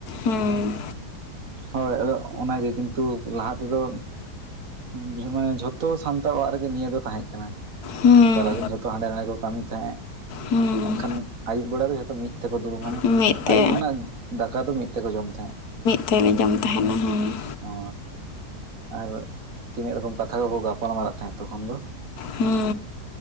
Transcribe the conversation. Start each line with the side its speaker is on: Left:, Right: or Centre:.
Left: ᱦᱩᱸ
Right: ᱦᱳᱭ ᱟᱫᱚ ᱚᱱᱟᱜᱮ ᱠᱤᱱᱛᱩ ᱞᱟᱦᱟ ᱛᱮᱫᱚ ᱵᱩᱡᱷᱢᱮ ᱡᱷᱚᱛᱚ ᱥᱟᱱᱛᱟᱲ ᱚᱲᱟᱜ ᱨᱮᱜᱮ ᱱᱤᱭᱟᱹ ᱫᱚ ᱛᱟᱦᱮᱸ ᱠᱟᱱᱟ
Left: ᱦᱩᱸ
Right: ᱥᱟᱨᱟᱫᱤᱱ ᱡᱷᱚᱛᱚ ᱦᱟᱸᱰᱮ ᱱᱟᱰᱮ ᱠᱚ ᱠᱟᱹᱢᱤ ᱛᱟᱦᱮᱸᱜ
Left: ᱦᱩᱸ
Right: ᱢᱮᱱᱠᱷᱟᱱ ᱟᱹᱭᱩᱵ ᱵᱮᱲᱟ ᱫᱚ ᱡᱚᱛᱚ ᱢᱤᱫ ᱛᱮᱠᱚ ᱫᱩᱲᱩᱵ ᱢᱟᱱᱮ
Left: ᱢᱤᱫ ᱛᱮ
Right: ᱟᱭᱭᱩᱵ ᱨᱮᱱᱟᱜ ᱫᱟᱠᱟ ᱫᱚ ᱢᱤᱫ ᱛᱮᱠᱚ ᱡᱚᱢ ᱛᱟᱦᱮᱸᱜ
Left: ᱛᱮᱞ ᱞᱮ ᱡᱚᱢ ᱛᱟᱦᱮᱱᱟ ᱦᱩᱸ
Right: ᱚ ᱟᱨ ᱛᱤᱱᱟᱹᱜ ᱨᱚᱠᱚᱢ ᱠᱟᱛᱷᱟ ᱠᱚᱠᱚ ᱜᱟᱯᱟᱞ ᱢᱟᱨᱟᱜ ᱛᱟᱦᱮᱸᱜ ᱛᱚᱠᱷᱚᱱ ᱫᱚ
Left: ᱦᱩᱸ